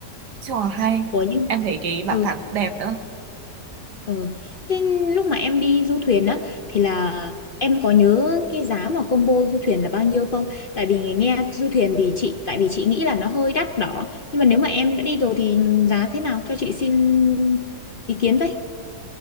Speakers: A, on the right (about 70°); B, on the left (about 55°).
A: chung là hay
B: ủa nhưng
A: em thấy cái bảo
B: ừ
A: tàng cũng đẹp nữa
B: Ừ. Thế lúc mà em đi du thuyền á thì là em có nhớ cái giá mà combo du thuyền là bao nhiêu không? Tại vì nghe du thuyền thì chị tại vì chị nghĩ là nó hơi đắt đỏ. Nhưng mà nếu mà em đã đi rồi thì giá thế nào cho chị xin ý kiến với.